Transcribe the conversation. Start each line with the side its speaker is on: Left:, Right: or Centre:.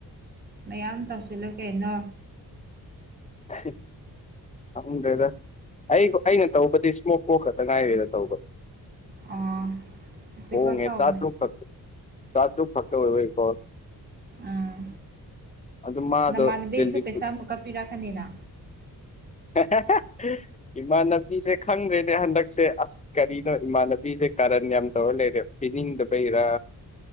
Right: ꯃꯌꯥꯝ ꯇꯧꯁꯤꯜꯂꯨ ꯀꯩꯅꯣ
Left: <inaudible> ꯈꯪꯗ꯭ꯔꯦꯗ ꯑꯩ ꯑꯩꯅ ꯇꯧꯕꯗꯤ ꯏꯁꯃꯣꯛ ꯄꯣꯛ ꯈꯛꯇ ꯉꯥꯏꯔꯦꯗ ꯇꯧꯕ
Right: ꯑꯥ ꯄꯤꯀꯜꯁ
Left: ꯍꯣꯡꯉꯦ
Right: ꯍꯥꯎꯕꯅꯦ
Left: ꯆꯥꯇ꯭ꯨꯔꯛ ꯈꯛ ꯆꯥꯇ꯭ꯨꯔꯛ ꯈꯛꯇ ꯑꯣꯏꯕꯒꯤꯀꯣ
Right: ꯎꯝ
Left: ꯑꯗꯨ ꯃꯥꯗꯣ
Right: ꯅꯃꯥꯟꯅꯕꯤꯁꯨ
Left: ꯗꯤꯂꯤꯕ
Right: ꯄꯩꯁꯥ ꯑꯃꯨꯛꯀ ꯄꯤꯔꯛꯀꯅꯤꯅ
Left: <unintelligible> ꯏꯃꯥꯟꯅꯕꯤꯁꯦ ꯈꯪꯗ꯭ꯔꯦꯅꯦ ꯍꯟꯗꯛꯁꯦ ꯑꯁ ꯀꯔꯤꯅꯣ ꯏꯃꯥꯟꯅꯕꯤꯁꯦ ꯀꯥꯔꯟ ꯌꯥꯝ ꯇꯧꯔ ꯂꯩꯔꯦ ꯄꯤꯅꯤꯡꯗꯕꯩꯔꯥ